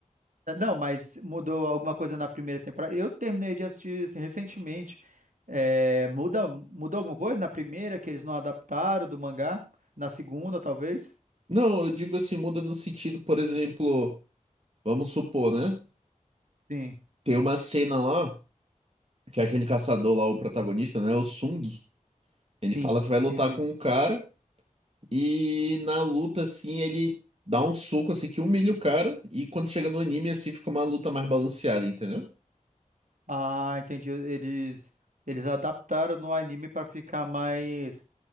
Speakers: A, on the right; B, on the right.
A: Ah, Não, mas mudou alguma coisa na primeira temporada. Eu terminei de assistir assim, recentemente. É, muda, mudou alguma coisa na primeira que eles não adaptaram do mangá? Na segunda, talvez?
B: Não, eu digo assim, muda no sentido, por exemplo, vamos supor, né?
A: Sim,
B: Tem uma cena lá, que é aquele caçador lá, o protagonista, né? O Sung. Ele
A: sim,
B: fala que vai lutar
A: sim, sim.
B: com o cara. E na luta, assim, ele dá um soco, assim, que humilha o cara. E quando chega no anime, assim, fica uma luta mais balanceada, entendeu?
A: Ah, entendi. Eles eles adaptaram no anime para ficar mais